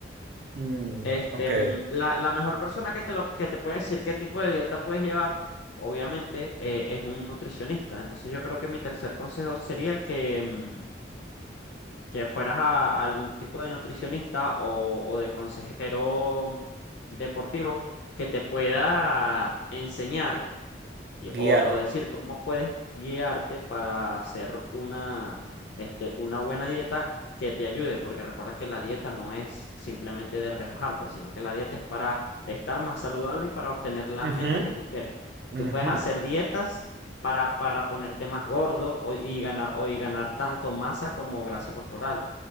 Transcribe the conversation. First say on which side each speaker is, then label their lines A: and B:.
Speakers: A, on the right; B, on the left.
A: Mm,
B: Este,
A: ok.
B: mm, la, la mejor persona que te lo, que te puede decir qué tipo de dieta puedes llevar, obviamente, eh, es un nutricionista. Entonces yo creo que mi tercer consejo sería que, mm, que fueras a, a algún tipo de nutricionista o, o de consejero deportivo que te pueda enseñar. y-
A: Guiar.
B: o, de- o decir cómo puedes guiarte para hacer una, este, una buena dieta que te ayude, porque recuerda que la dieta no es simplemente de rebajar, pues, sino que la dieta es para estar más saludable y para obtener la meta
A: Ujú,
B: que tú quieres. Tú
A: ujú,
B: puedes hacer dietas para, para ponerte más gordo o- y ganar, o y ganar tanto masa como grasa corporal.